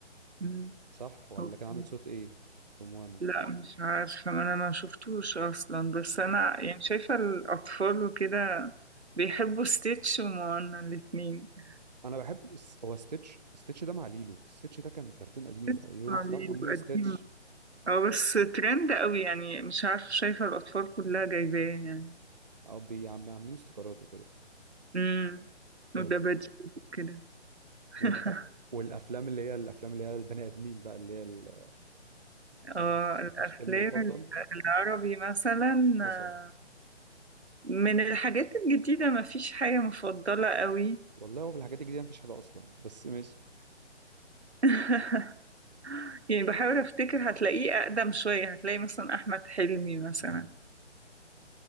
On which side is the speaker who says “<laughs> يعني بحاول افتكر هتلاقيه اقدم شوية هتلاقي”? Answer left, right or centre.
Right